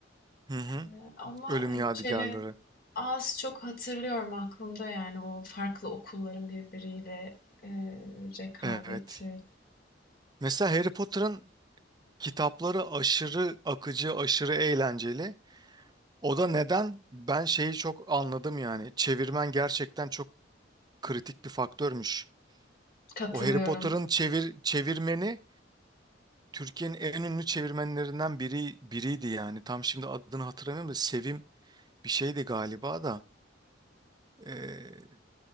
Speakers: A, on the right (about 25°); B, on the left (about 55°).
A: Hı hı.
B: E, Ama
A: Ölüm
B: hani
A: Yadigarları.
B: şeyleri Az çok hatırlıyorum aklımda yani o farklı okulların birbiriyle, eee, rekabeti.
A: Evet. Mesela Harry Potter'ın kitapları aşırı akıcı, aşırı eğlenceli. O da neden ben şeyi çok anladım yani. Çevirmen gerçekten çok kritik bir faktörmüş.
B: Katılıyorum.
A: O Harry Potter'ın çevir çevirmeni Türkiye'nin en ünlü çevirmenlerinden biri biriydi yani. Tam şimdi adını hatırlamıyorum da Sevim bir şeydi galiba da. Ee,